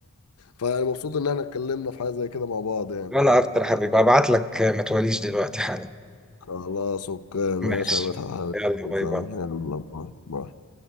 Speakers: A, on the left (about 85°); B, in the centre.
A: فيعني مبسوط ان احنا اتكلمنا في حاجة زي كده مع بعض يعني
B: وانا اكتر يا حبيبي هبعت لك آه، ما توليش دلوقتي حالا
A: خلاص اوكي ماشي
B: ماشي
A: يا مدحت حبيبي
B: يلا
A: تسلم
B: باي باي
A: يلا باي باي.